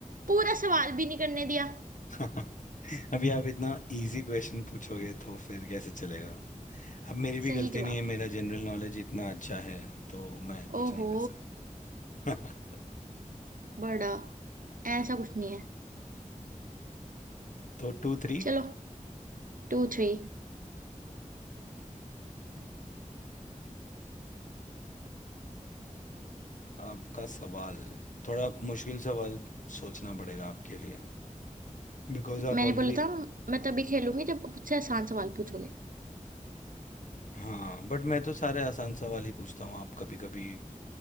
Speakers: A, on the right; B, on the left.
A: पूरा सवाल भी नहीं करने दिया
B: <laughs> अभी आप इतना इजी क्वेश्चन पूछोगे तो फिर कैसे चलेगा अब मेरी भी
A: सही
B: गलती
A: जवाब
B: नहीं है
A: है
B: मेरा जनरल नॉलेज इतना अच्छा है तो मैं कुछ
A: ओहो
B: नहीं कर सकता
A: बड़ा ऐसा कुछ नहीं है
B: <laughs> तो टू थ्री
A: चलो टू थ्री
B: आपका सवाल थोड़ा मुश्किल सवाल सोचना पड़ेगा आपके लिए बिकॉज आप
A: मैंने
B: ऑलरेडी
A: बोला था मैं तभी खेलूंगी जब मुझसे आसान सवाल पूछोगे
B: हाँ बट मैं तो सारे आसान सवाल ही पूछता हूँ आप कभी कभी